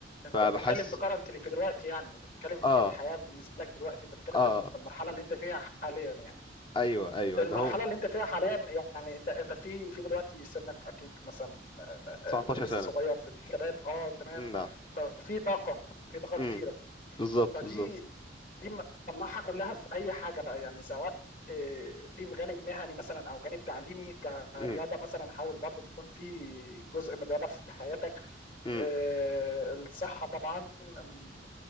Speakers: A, on the left; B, on the left.
A: انت
B: فبحس
A: بتتكلم في كرنتلي في دلوقتي يعني انت بتتكلم
B: آه
A: في الحياه بالنسبه لك دلوقتي انت بتتكلم
B: آه
A: في ال- في المرحله اللي انت فيها حاليا يعني
B: ايوه ايوه
A: المرحلة
B: ان هو
A: اللي أنت فيها حاليًا يعني أنت أنت في في دلوقتي سنك أكيد مثلًا آآ، آآ،
B: 19
A: لسه
B: سنة
A: صغير في الشباب آه، تمام،
B: مم، نعم
A: ففي طاقة، في طاقة
B: مم.
A: كتيرة،
B: بالظبط
A: فدي
B: بالظبط
A: دي م طلّعها كلها في أي حاجة بقى، يعني سواء آآ، في جانب مهني مثلًا أو جانب تعليمي كرياضة
B: مم.
A: مثلًا حاول برضه تكون في جزء من الرياضة في حياتك،
B: مم.
A: آآ، الصحة طبعًا، آمم،